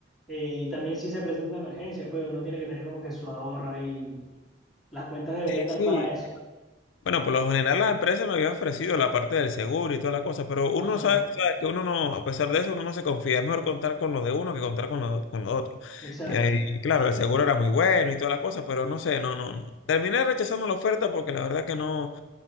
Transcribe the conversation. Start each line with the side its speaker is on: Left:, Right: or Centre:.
Centre: Eh, y también si se presenta una emergencia, pues uno tiene que tener como que su ahorro y las cuentas deberían
Left: Sí,
Centre: dar
Left: sí.
Centre: para eso.
Left: Bueno, por lo general la empresa me había ofrecido la parte del seguro y toda la cosa, pero uno
Centre: Ajá,
Left: sabe, sabe que uno no, a pesar de eso, uno no se confía. Es mejor contar con los de uno que contar con los, con los otros.
Centre: exacto.
Left: Y ahí, y claro, el seguro era muy bueno y toda la cosa, pero no sé, no, no. Terminé rechazando la oferta porque la verdad que no.